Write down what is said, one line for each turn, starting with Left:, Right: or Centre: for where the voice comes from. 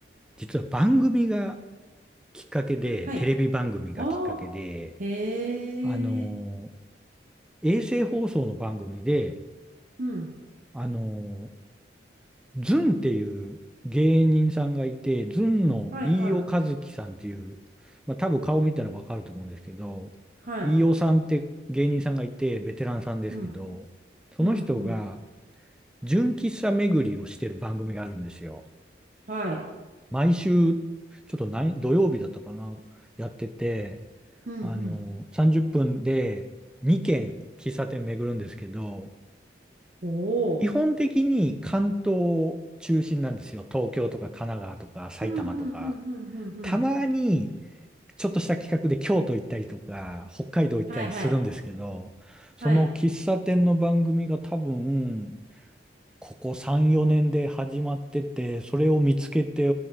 Centre: 実は番組がきっかけで、
Right: はい。
Centre: テレビ番組がきっかけで、
Right: ああ。へえ。
Centre: あの、衛星放送の番組で、
Right: うん。
Centre: あの、ズンっていう芸人さんがいて、ズンの飯尾和樹さんっていう、
Right: はいはい。
Centre: まあ多分顔見たらわかると思うんですけど、
Right: はい。
Centre: 飯尾さんって芸人さんがいて、ベテランさんですけど、
Right: うん。
Centre: その人が
Right: うん。うん。
Centre: 純喫茶巡りをしてる番組があるんですよ。
Right: はい。
Centre: 毎週、ちょっと何、土曜日だったかな、やってて、
Right: うん。
Centre: あの、
Right: うん。
Centre: 30分で2軒喫茶店巡るんですけど、
Right: お
Centre: 基本的に関東中心なんですよ。
Right: お。
Centre: 東京とか神奈川とか埼玉とか。
Right: うん、うん、うん、うん、うん。うん
Centre: たまにちょっとした企画で京都行ったりとか、北海道行ったりするんですけど、
Right: はい、はい、
Centre: その喫茶店の番組が多分、
Right: はい。
Centre: ここ3、4年で始まってて、それを見つけて